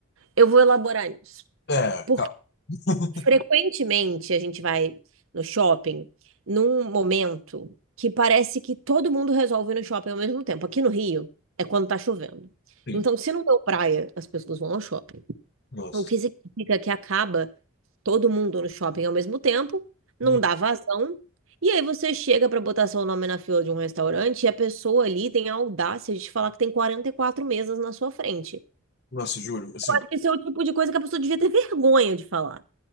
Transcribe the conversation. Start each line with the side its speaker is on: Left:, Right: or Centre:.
Right: Eu vou elaborar nisso.
Left: É,
Right: Porque
Left: calma. <laughs>
Right: frequentemente a gente vai no shopping num momento que parece que todo mundo resolve ir no shopping ao mesmo tempo. Aqui no Rio é quando tá chovendo.
Left: Sim.
Right: Então, se não deu praia, as pessoas vão ao shopping.
Left: Nossa.
Right: O que significa que acaba todo mundo no shopping ao mesmo tempo, não
Left: Hum.
Right: dá vazão. E aí você chega para botar seu nome na fila de um restaurante e a pessoa ali tem a audácia de te falar que tem 44 mesas na sua frente.
Left: Nossa, juro. Assim.
Right: Acho que Esse é o tipo de coisa que a pessoa devia ter <laughs> vergonha de falar.